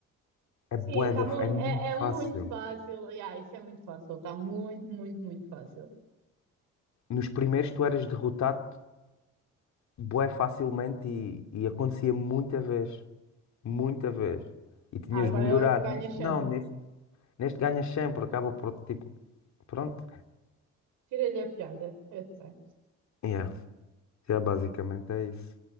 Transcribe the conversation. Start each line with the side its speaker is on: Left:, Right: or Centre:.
Right: Sim,
Left: É bué
Right: tá
Left: da-
Right: muito,
Left: é muito
Right: é, é muito
Left: fácil.
Right: fácil. Yeah, isso é muito fácil, está muito, muito, muito fácil.
Left: Nos primeiros tu eras derrotado bué facilmente e, e acontecia muita vez. Muita vez. E tinhas
Right: Ah, agora
Left: de melhorar.
Right: ganha
Left: Neste
Right: chão.
Left: não, neste, neste ganhas sempre, acaba por tipo. Pronto.
Right: Tira-lhe a piada, eu sei.
Left: Yeah. Já basicamente é isso.